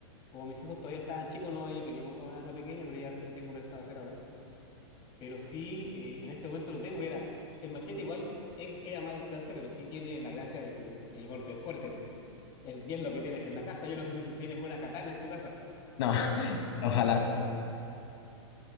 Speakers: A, on the left; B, on the left.
A: Como mis hijos todavía estaban chicos, no había querido comprar un arma pequeña, pero ya lo tengo pensado hacer ahora. pero sí, eh, en este momento lo tengo. y Era, el machete igual es, es a más distancia, pero sí tiene la gracia de que el golpe es fuerte. Es- y es lo que tienes en la casa. Yo no sé si tú tienes una katana en tu casa.
B: No, <laughs> ojalá.